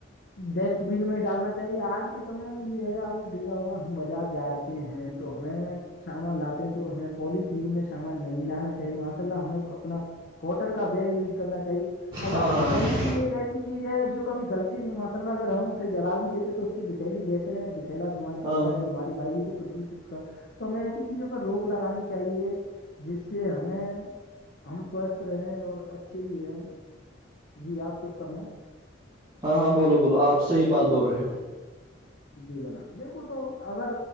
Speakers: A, on the left; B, on the right.
A: ڈسٹ بین میں ہی ڈالنا چاہیے آج کے سمے میں یہ ہے آپ نے دیکھا ہوگا ہم بازار جاے ہیں تو ہمیں سامان لاتے ہیں تو ہمیں پولیتھیین میں شامل نہیں لانا چاہیے ماشاء اللہ ہمیں اپنا کوٹن کا بیگ یوز کرنا چاہیے اگر
B: ہاں ہاں ہاں
A: پلی لیے ایک ایسی چیز ہے جو کب غلطی نہیں ماشاء اللہ اگر ہم اسے جلا بھی دیتے تو اس سے بلی گیس چلا دھوا نکلتا
B: ہاں
A: ہے جو ہماری بھائی کو پردوشت کر تو ہمیں ایسی چیزوں پر روک لگانے چاہیے جس سے ہمیں ہم سوستھ رہے اور اچھے بھی رہے جی آپ کچھ فرمائیں
B: ہاں ہاں بولو بولو آپحی بات بول رہے ہو
A: جی جناب دیکھو تو اگر